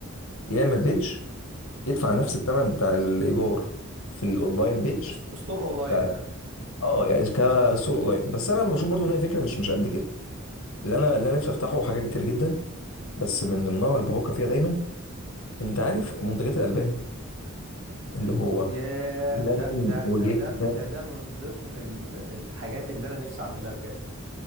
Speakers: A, on the left; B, on the right.
A: يعمل بيدج يدفع نفس الثمن بتاع الايجار في الاونلاين بيدج
B: است- استور اونلاين
A: ك-
B: يعني
A: اه يعني كسوق اونلاين بس انا بشوف برضو ان هي فكره مش مش قد كده اللي انا اللي انا نفسي افتحه حاجه كتير جدا بس من ضمنها اللي بفكر فيها دايما انت عارف منتجات الالبان اللي هو
B: ياه
A: لبن
B: ده ده
A: وجبنه
B: ده ده ده ده من ضمن ال- الحاجات اللي انا نفسي اعملها بجد